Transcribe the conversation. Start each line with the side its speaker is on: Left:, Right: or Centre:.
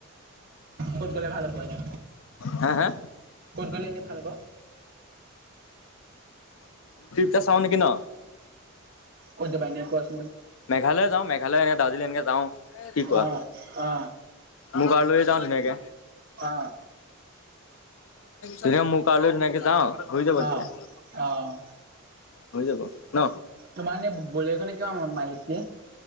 Right: ক'ত গ'লে ভাল হ'ব এনে।
Left: হা হা।
Right: কত গলে এনেই ভাল হব?
Left: এতিয়া চাওঁ নেকি ন।
Right: কত যাবা এনে কোৱাচো-
Left: মেঘালয় যাওঁ মেঘালয় এনে দাৰ্জিলিং এনেকে যাওঁ কি কোৱা।
Right: অ অ
Left: মোৰ গাঁৱলৈয়ো যাও ধুনীয়াকে।
Right: অ
Left: তেতিয়া মোৰ গাওঁলৈ ধুনীয়াকে যাওঁ। হৈ যাব তেতিয়া।
Right: অ অ'।
Left: হৈ যাব। ন?
Right: তোমাৰ এনে বলেৰ'খনে কিমান মাইলেজ দিয়ে।